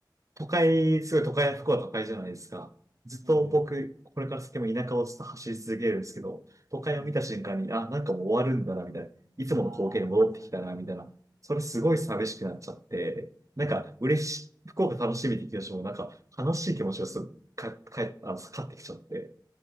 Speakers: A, on the right; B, on the right.
A: 都会、すごい都会、福岡都会じゃないですか。ずっと僕、
B: うん。うん。
A: これから先も田舎をずっと走り続けるんですけど、都会を見た瞬間に、
B: うん。うん
A: あ、なんかもう終わるんだな、みたいな。いつもの光景に戻ってきたな、
B: ああそういうことね。
A: みたいな。それすごい寂しくなっちゃって、
B: うん。
A: なんか嬉しい、
B: うん。うん。
A: 福岡楽しみって気持ちも、なんか悲しい気持ちがすぐか、かえ、あの、かかってきちゃって、